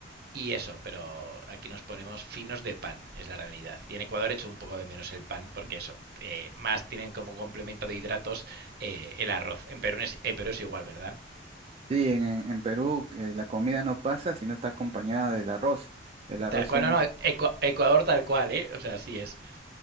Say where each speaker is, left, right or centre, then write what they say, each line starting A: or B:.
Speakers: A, on the right; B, on the right.
A: y eso, pero aquí nos ponemos finos de pan, es la realidad. Y en Ecuador hecho un poco de menos el pan, porque eso, eh, más tienen como complemento de hidratos eh, el arroz. En Perú, es, en Perú es igual, ¿verdad?
B: Sí, en, en Perú eh, la comida no pasa si no está acompañada del arroz. El arroz
A: Tal cual,
B: es un...
A: no, no, Ecu- Ecuador tal cual, ¿eh? O sea, así es.